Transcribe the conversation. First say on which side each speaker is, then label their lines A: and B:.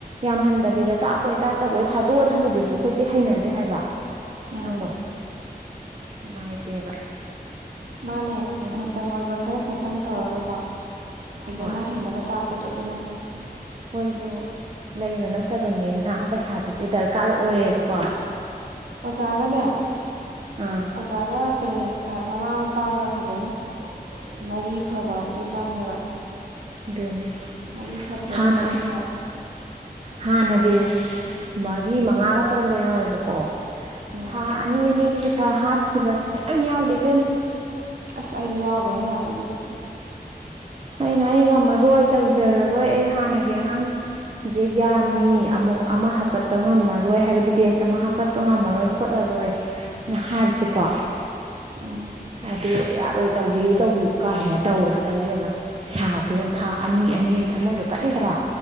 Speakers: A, on the right (about 40°); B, on the right (about 65°).
A: ꯌꯥꯝꯍꯟꯗꯕꯤꯗ ꯇꯥꯛꯄꯣꯏ ꯇꯥꯛꯇꯕꯣꯏ ꯊꯥꯗꯣꯛꯑ ꯊꯝꯕꯗꯨꯖꯨ ꯈꯣꯏꯗꯤ ꯍꯩꯅꯗꯦ ꯍꯥꯏꯕ
B: ꯎꯝ
A: ꯅꯪꯕꯣ ꯅꯨꯡꯉꯥꯏꯇꯦꯕ
B: ꯃꯥꯅꯦ
A: ꯑꯗꯨꯅ
B: ꯃꯆꯪ ꯑꯣꯏꯕ ꯈꯔ ꯈꯇꯪ ꯇꯧꯔꯒꯀꯣ ꯐꯖꯅ
A: ꯍꯣꯏ
B: ꯍꯩꯅꯕ ꯇꯥꯛꯄꯗꯣ ꯑꯗꯨꯅ ꯐꯩ
A: ꯈꯣꯏꯖꯨ ꯂꯩꯕ ꯅꯠꯇꯕꯅꯤꯅ ꯄꯩꯁꯥꯗꯨꯗꯤ ꯗꯔꯀꯥꯔ ꯑꯣꯏꯌꯦꯗꯨꯀꯣ
B: ꯑꯣꯖꯥꯒꯅꯦ ꯑꯣꯖ
A: ꯑꯥ
B: ꯑꯣꯖꯥꯒ ꯄꯦꯔꯦꯟ ꯑ ꯃꯃꯥ ꯃꯄꯥꯒ ꯐꯖꯅ ꯃꯔꯤ ꯐꯕ ꯑꯝꯖꯨ ꯆꯪ ꯆꯪꯉꯦꯕ
A: ꯗꯨꯅꯤ
B: ꯃꯔꯤ ꯐꯠꯇ꯭ꯔꯗꯤ
A: ꯍꯥꯟꯅꯟ
B: ꯑꯃꯨꯛꯁꯨ ꯅꯨꯡꯉꯥꯏꯇꯦ
A: ꯍꯥꯟꯅ ꯕꯦꯁ ꯃꯔꯤ ꯃꯉꯥꯒ ꯇꯧꯔꯝꯕ ꯌꯥꯎꯋꯦꯕꯛ ꯀꯣ
B: ꯎꯝ
A: ꯁꯊꯥ ꯑꯅꯤ ꯑꯅꯤꯒꯤ ꯄꯩꯁꯥ ꯍꯥꯠꯈꯤꯕ ꯃꯌꯥꯝ ꯌꯥꯎꯔꯤ ꯏꯕꯦꯝ꯫
B: ꯑꯁ ꯑꯩꯖꯨ ꯌꯥꯎꯒ꯭ꯔꯦꯍꯦ ꯌꯥꯝ ꯑꯗꯨꯗꯤ꯫
A: ꯑꯩꯅ ꯑꯩ ꯉꯝꯃꯔꯣꯏ ꯇꯧꯖꯔꯔꯣꯏ ꯑꯩ ꯍꯥꯟꯅꯒꯤ ꯑꯉꯥꯡ ꯖꯦ ꯌꯥꯝꯃꯤ ꯑꯃꯨꯛ ꯑꯃ ꯍꯥꯞꯀꯠꯄ ꯉꯝꯃꯔꯣꯏ ꯍꯥꯏꯕꯗꯤ ꯕꯦꯆ ꯑꯃ ꯍꯥꯞꯀꯠ ꯄ ꯉꯝꯃꯔꯣꯏ ꯈꯣꯠꯂꯔꯣꯏ ꯅ ꯍꯥꯏꯕꯁꯤꯀꯣ
B: ꯎꯝ
A: ꯑꯗꯨ ꯌꯥꯔꯣꯏ ꯇꯧꯕꯤꯌꯨ ꯇꯧꯕꯤꯌꯨ ꯀꯥꯏꯅ ꯇꯧꯔꯒ ꯏꯕꯦꯝꯃ꯫ ꯁꯥ ꯄꯤꯔꯝ ꯊꯥ ꯑꯅꯤ ꯑꯅꯤ ꯊꯃꯣꯏꯗꯣ ꯀꯟꯗ꯭ꯔꯥ